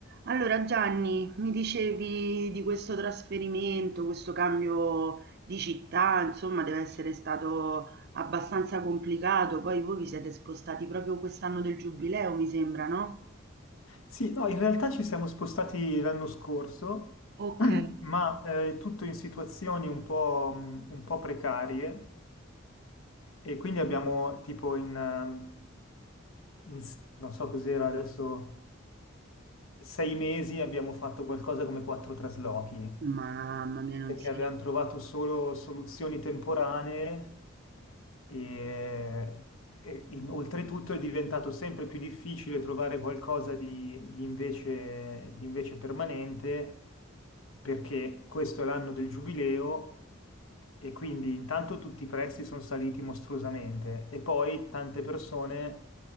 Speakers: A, on the right; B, on the left.
A: Allora Gianni, mi dicevi di questo trasferimento, questo cambio di città, insomma, deve essere stato abbastanza complicato. Poi voi vi siete spostati proprio quest'anno del Giubileo, mi sembra, no?
B: Sì, no, in realtà ci siamo spostati l'anno scorso,
A: Ok,
B: <clears throat> ma eh, tutto in situazioni un po', mh, un po' precarie e quindi abbiamo tipo in, ehm, in s- non so cos'era adesso, sei mesi abbiamo fatto qualcosa come quattro traslochi
A: Mamma mia, non
B: perché
A: si
B: avevano trovato solo soluzioni temporanee e, e in- oltretutto è diventato sempre più difficile trovare qualcosa di, di invece, di invece permanente perché questo è l'anno del giubileo e quindi intanto tutti i prezzi sono saliti mostruosamente e poi tante persone